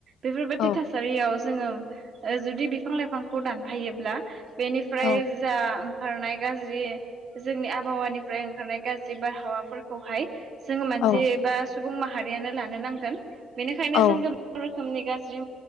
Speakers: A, on the right; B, on the left.
A: बेफोरबायदि
B: औ
A: थासारियाव जोङो ओ जुदि बिफां लाइफांखौ दानफायोब्ला बेनिफ्राय
B: औ
A: जा ओंखारनाय गाज्रि जोंनि आबहावानिफ्राय ओंखारनाय गाज्रि बारहावाफोरखौहाय जोङो मोनसे
B: औ
A: बा सुबुं माहारियानो लानो नांगोन बेनिखायनो
B: औ
A: जोंङो गोबां‌ रोखोमनि गाजि